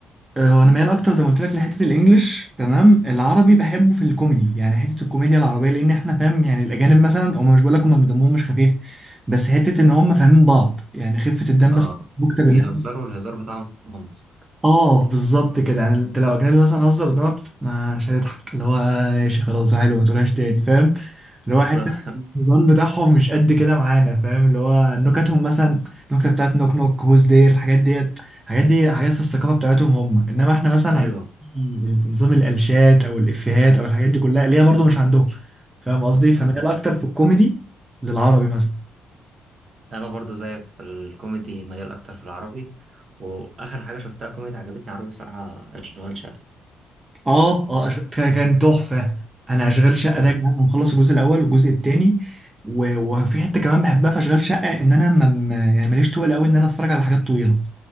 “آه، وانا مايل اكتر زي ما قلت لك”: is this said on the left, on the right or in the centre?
Right